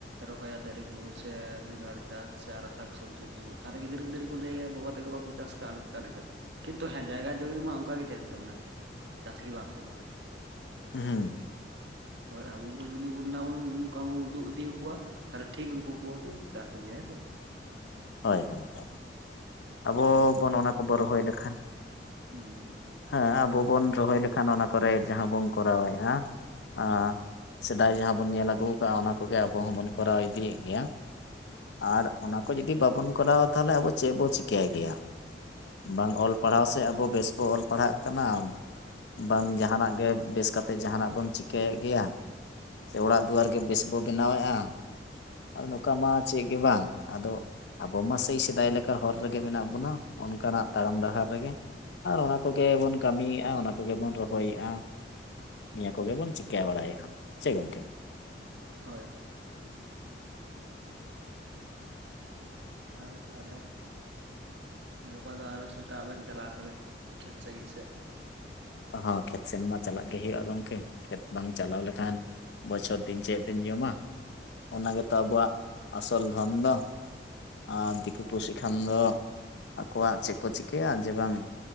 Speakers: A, on the right; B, on the left.
A: ᱨᱚᱦᱚᱭᱟ ᱫᱟᱨᱮ ᱠᱚ ᱥᱮ ᱵᱮᱸᱜᱟᱲ ᱪᱟᱥ ᱥᱮ ᱟᱨ ᱥᱟᱠ ᱥᱚᱵᱡᱤ ᱠᱚ ᱛᱟᱦᱚᱞᱮ ᱜᱤᱫᱽᱨᱟᱹ ᱯᱤᱫᱟᱹᱨᱟᱹ ᱠᱚ ᱞᱟᱹᱭᱟ ᱵᱟᱵᱟ, <unintelligible> ᱵᱟᱠᱚ ᱪᱟᱥ ᱠᱟᱜᱼᱟ ᱟᱞᱮ ᱪᱮᱫᱟᱜ ᱞᱮ ᱪᱟᱥᱟ ᱠᱤᱱᱛᱩ ᱦᱮᱸ ᱡᱟᱭᱜᱟ ᱡᱩᱢᱤ ᱢᱟ ᱚᱱᱠᱟ ᱜᱮ ᱛᱟᱦᱮᱱ ᱛᱟᱵᱚᱱᱟ ᱠᱤᱱᱛᱩ᱾ ᱪᱟᱥ ᱜᱮ ᱵᱟᱝ ᱦᱩᱭᱩᱜᱼᱟ
B: ᱦᱩᱸ
A: ᱾ᱦᱮᱸ ᱥᱮ ᱵᱟᱝ? ᱮᱵᱟᱨ ᱟᱵᱚ ᱵᱚ ᱡᱩᱫᱤ ᱵᱚᱱ ᱚᱱᱟᱵᱚᱱ ᱚᱱᱠᱟ ᱵᱚᱱ ᱩᱫᱩᱜ ᱤᱫᱤ ᱠᱚᱣᱟ, ᱛᱟᱦᱞᱮ ᱴᱷᱤᱠ ᱩᱱᱠᱩ ᱠᱚ ᱦᱚᱸ ᱠᱚ ᱪᱟᱥ ᱤᱫᱤᱭᱟ ᱦᱮᱸ ᱥᱮ ᱵᱟᱝ
B: ᱦᱳᱭ ᱦᱳᱭ ᱦᱳᱭ ᱟᱵᱚ ᱵᱚᱱ ᱚᱱᱟ ᱠᱚᱵᱚᱱ ᱨᱚᱦᱚᱭ ᱞᱮᱠᱷᱟᱱ
A: ᱦᱩᱸ
B: ᱦᱮᱸ ᱟᱵᱚ ᱵᱚᱱ ᱨᱚᱦᱚᱭ ᱞᱮᱠᱷᱟᱱ ᱚᱱᱟ ᱠᱚᱨᱮ ᱡᱟᱦᱟᱸ ᱵᱚᱱ ᱠᱚᱨᱟᱣᱮᱜᱼᱟ ᱟᱸ ᱥᱮᱫᱟᱭ ᱡᱟᱦᱟᱸ ᱵᱚᱱ ᱧᱮᱞ ᱟᱹᱜᱩ ᱟᱠᱟᱫᱼᱟ ᱚᱱᱟ ᱠᱚᱜᱮ ᱟᱵᱚ ᱦᱚᱸᱵᱚᱱ ᱠᱚᱨᱟᱣ ᱤᱫᱤᱭ ᱮᱫ ᱜᱮᱭᱟ ᱟᱨ ᱚᱱᱟ ᱠᱚ ᱡᱚᱫᱤ ᱵᱟᱵᱚᱱ ᱠᱚᱨᱟᱣᱟ ᱛᱟᱦᱚᱞᱮ ᱟᱵᱚ ᱪᱮᱫ ᱵᱚ ᱪᱮᱠᱟᱹᱭ ᱜᱮᱭᱟ ᱵᱟᱝ ᱚᱞ ᱯᱟᱲᱦᱟᱣ ᱥᱮᱫ ᱟᱵᱚ ᱵᱮᱥᱼᱼ ᱵᱚ ᱚᱞ ᱯᱟᱲᱦᱟᱜ ᱠᱟᱱᱟ ᱵᱟᱝ ᱡᱟᱦᱟᱱᱟᱜ ᱜᱮ ᱵᱮᱥ ᱠᱟᱛᱮ ᱡᱟᱦᱟᱱᱟᱜ ᱵᱚᱱ ᱪᱤᱠᱟᱹᱭ ᱮᱫ ᱜᱮᱭᱟ ᱥᱮ ᱚᱲᱟᱜ ᱫᱩᱣᱟᱹᱨ ᱜᱮ ᱵᱮᱥ ᱵᱚᱱ ᱵᱮᱱᱟᱣ ᱮᱜᱼᱟ ᱟᱫᱚ ᱱᱚᱝᱠᱟ ᱢᱟ ᱪᱮᱫ ᱜᱮ ᱵᱟᱝ ᱟᱫᱚᱼᱼ ᱟᱵᱚ ᱢᱟ ᱥᱮᱭ ᱥᱮᱫᱟᱭ ᱞᱮᱠᱟ ᱦᱚᱨ ᱨᱮᱜᱮ ᱢᱮᱱᱟᱜ ᱵᱚᱱᱟ ᱚᱱᱠᱟᱱᱟᱜ ᱛᱟᱲᱟᱢ ᱰᱟᱦᱟᱨ ᱨᱮᱜᱮ ᱟᱨ ᱚᱱᱟᱼᱼ ᱠᱚᱜᱮ ᱵᱚᱱ ᱠᱟᱹᱢᱤᱭ ᱮᱫᱼᱟ ᱚᱱᱟ ᱠᱚ ᱠᱚᱜᱮ ᱵᱚᱱ ᱨᱚᱦᱚᱭ ᱮᱫᱼᱟ ᱱᱤᱭᱟᱹ ᱠᱚ ᱜᱮ ᱵᱚᱱ ᱪᱤᱠᱟᱹ ᱵᱟᱲᱟᱭ ᱮᱫᱼᱟ ᱪᱮᱫ ᱜᱚᱝᱠᱮ
A: ᱦᱳᱭ ᱦᱳᱭ ᱟᱫᱚ ᱛᱟᱦᱚᱞᱮ ᱜᱟᱯᱟ ᱫᱚ ᱟᱨᱚ ᱥᱮᱛᱟᱜ ᱵᱮᱱ ᱪᱟᱞᱟᱜᱼᱟ ᱛᱟᱦᱚᱞᱮ ᱠᱷᱮᱛ ᱥᱮᱫ ᱜᱮᱥᱮᱼᱼ
B: ᱦᱚᱸ ᱠᱷᱮᱛ ᱥᱮᱱ ᱢᱟ ᱪᱟᱞᱟᱜ ᱜᱮ ᱦᱩᱭᱩᱜᱼᱟ ᱜᱚᱝᱠᱮ ᱠᱷᱮᱛ ᱵᱟᱝ ᱪᱟᱞᱟᱣ ᱞᱮᱠᱷᱟᱱ ᱵᱚᱪᱷᱚᱨ ᱟᱹᱵᱤᱱ ᱪᱮᱫ ᱵᱤᱱ ᱡᱚᱢᱟ ᱚᱱᱟ ᱜᱮᱛᱚ ᱟᱵᱚᱣᱟᱜ ᱟᱥᱚᱞ ᱫᱷᱚᱱ ᱫᱚ ᱟᱨ ᱫᱤᱠᱩ ᱯᱩᱥᱤ ᱠᱷᱟᱱ ᱫᱚᱼᱼ ᱟᱠᱚᱣᱟᱜ ᱪᱮᱫ ᱠᱚ ᱪᱤᱠᱟᱹᱭᱟ ᱡᱮ ᱵᱟᱝ